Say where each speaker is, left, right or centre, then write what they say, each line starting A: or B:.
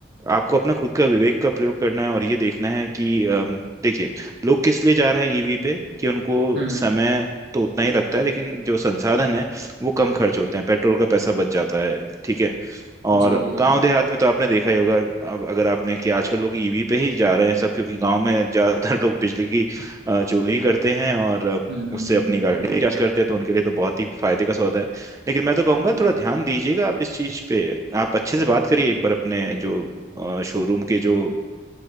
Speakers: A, on the right; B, on the right.
A: आपको अपना खुद का विवेक का प्रयोग करना है और ये देखना है कि अम, देखिए लोग किस लिए जा रहे हैं ईवी पे कि उनको
B: हम्म
A: समय तो उतना ही लगता है लेकिन जो संसाधन है वो कम खर्च होते हैं पेट्रोल का पैसा बच जाता है ठीक है और
B: जी जी
A: गांव देहात में तो आपने देखा ही होगा अब अगर आपने कि आजकल लोग ईवी पे ही जा रहे हैं सब क्योंकि गांव में ज्यादातर लोग बिजली की अ, चोरी करते हैं और अ,
B: हम्म हम्म हम्म,
A: उससे अपनी गाड़ी रिचार्ज करते हैं तो उनके लिए तो बहुत ही फायदे का सौदा है लेकिन मैं तो कहूंगा
B: हम्म।
A: थोड़ा ध्यान दीजिएगा आप इस चीज पे आप अच्छे से बात करिए एक बार अपने जो शोरूम के जो